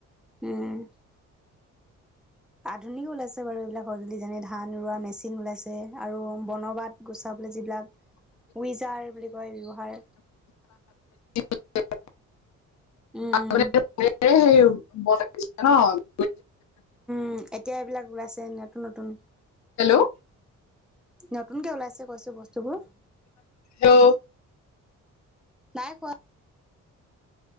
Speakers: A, in the centre; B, on the left.
A: উম। আধুনিক ওলাইছে বাৰু এইবিলাক সঁজুলি যেনে ধান ৰোৱা মেচিন ওলাইছে আৰু বনবাত গুচাবলে যিবিলাক উইজাৰ বুলি কয় ব্যৱহাৰ
B: <unintelligible>
A: উম উম উম এতিয়া এইবিলাক ওলাইছে নতুন নতুন।
B: হেল্ল'
A: নতুনকে ওলাইছে কৈছো বস্তুবোৰ।
B: হেল্ল
A: নাই কোৱা